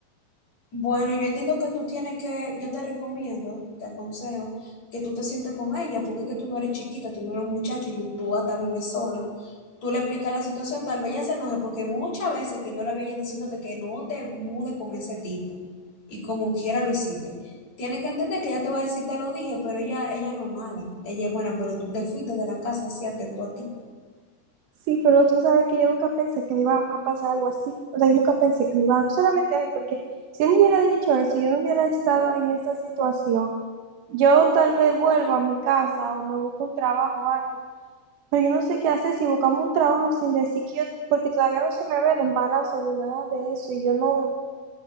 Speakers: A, on the left; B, on the right.
A: Bueno, yo entiendo que tú tienes que, yo te recomiendo, te aconsejo, que tú te sientes con ella, porque es que tú no eres chiquita, tú no eres un muchacho y tú hasta vives sola. Tú le explicas la situación, tal vez ella se enoje, porque muchas veces que yo la veía diciéndote que no te mude con ese tipo, y como quiera lo hiciste. Tienes que entender que ella te va a decir, te lo dije, pero ella, ella no es mala, ella es buena, pero tú te fuiste de la casa así atento a ti.
B: Sí, pero tú sabes que yo nunca pensé que me iba a pasar algo así. O sea, yo nunca pensé que me iba, a, no solamente a mí, porque si él me hubiera dicho eso, y yo no hubiera estado en esa situación. Yo tal vez vuelvo a mi casa o me busco un trabajo o algo Pero yo no sé qué hacer si buscamos un trabajo sin decir que yo, porque todavía no se me ve el embarazo ni nada de eso, y yo no,